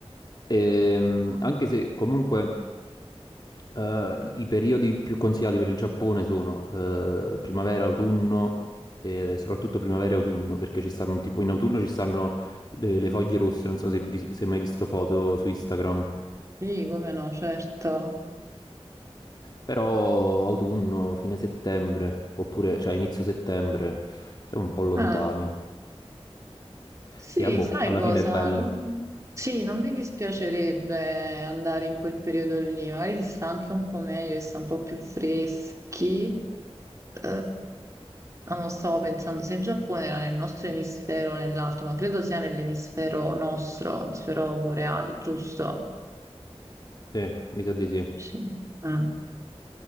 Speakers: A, on the left (about 40°); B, on the right (about 30°).
A: Ehm, anche se comunque eh, i periodi più consigliati per il Giappone sono eh, primavera, autunno e soprattutto primavera e autunno, perché ci stanno tipo in autunno ci stanno le, le foglie rosse, non so se, vi- se hai mai visto foto su Instagram,
B: Sì, come no, certo.
A: però autunno, fine settembre, oppure cioè inizio settembre, siamo un po' lontani.
B: Eh, sì,
A: Sì, ah, boh,
B: sai
A: alla
B: cosa?
A: fine è bello.
B: Non- Sì, non mi dispiacerebbe andare in quel periodo lì, magari si sta anche un po' meglio, si sta un po' più freschi. Eh, non lo stavo pensando se il Giappone era nel nostro emisfero o nell'altro, ma credo sia nell'emisfero nostro, emisfero boreale, giusto?
A: Sì, mi sa di sì.
B: Sì. Mm.